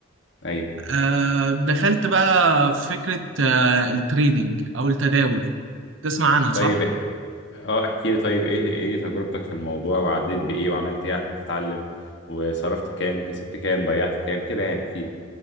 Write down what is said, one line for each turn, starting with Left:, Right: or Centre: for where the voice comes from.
Left: أيوه
Right: آه، دخلت بقى في فكره آه، التريدينج او التداول تسمع عنها صح
Left: طيب اه احكي لي طيب ايه ايه تجربتك في الموضوع وعديت بايه وعملت ايه عشان تتعلم وصرفت كام كسبت كام ضيعت كام كده يعني احكي لي